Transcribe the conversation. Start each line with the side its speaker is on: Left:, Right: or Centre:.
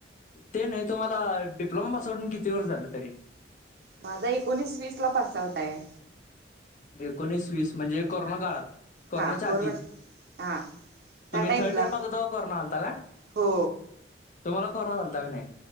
Left: ते नाही तुम्हाला डिप्लोमा पास होवून किती वर्ष झालं तरी.
Right: माझा एकोणीस वीस ला पास आउट आहे.
Left: एकोणीस वीस म्हणजे कोरोना काळात. कोरोनाच्या
Right: हा कोरोन
Left: आधी
Right: हा
Left: तुम्ही
Right: त्या टाइमला
Left: थर्ड यिअरला होता तेव्हा कोरोना आलता काय?
Right: हो
Left: तुम्हाला कोरोना झालता का नाही?